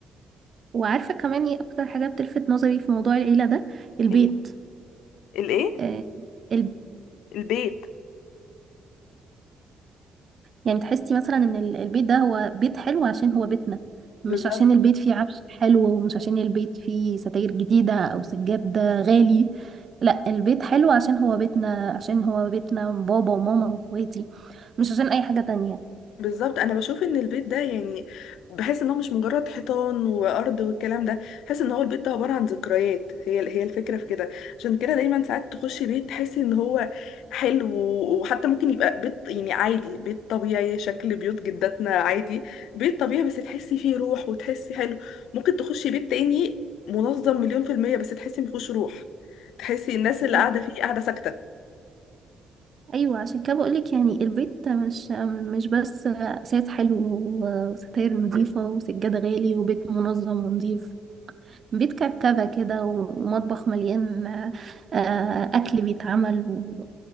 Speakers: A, on the right; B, on the left.
A: وعارفة كمان ايه اكتر حاجة بتلفت نظري في موضوع العيلة ده البيت
B: إيه؟ الايه
A: آه الب...
B: البيت
A: يعني تحسي مثلا ان ال- البيت ده هو بيت حلو عشان هو بيتنا مش
B: بالظبط
A: عشان البيت فيه عفش حلو ومش عشان البيت فيه ستاير جديدة او سجاد غالي لا البيت حلو عشان هو بيتنا عشان هو بيتنا بابا وماما واخواتي مش عشان اي حاجة تانية
B: بالظبط انا بشوف ان البيت ده يعني بحس ان هو مش مجرد حيطان وارض والكلام ده بحس ان هو البيت ده عباره عن ذكريات هي هي الفكره في كده عشان كده دايما ساعات تخش بيت تحس ان هو حلو وحتى ممكن يبقى بيت يعني عادي بيت طبيعي شكل بيوت جداتنا عادي بيت طبيعي بس تحسي فيه روح وتحسي حلو ممكن تخشي بيت تاني منظم مليون في المية بس تحسي مفيهوش روح تحسي الناس
A: بالظبط.
B: اللي قاعده فيه قاعده ساكته
A: ايوه عشان كده بقولك يعني البيت مش مش بس اساس حلو و- وستاير نظيفه وسجاده غالي وبيت منظم ونظيف بيت كركبه كده ومطبخ مليان آه، اكل بيتعمل و-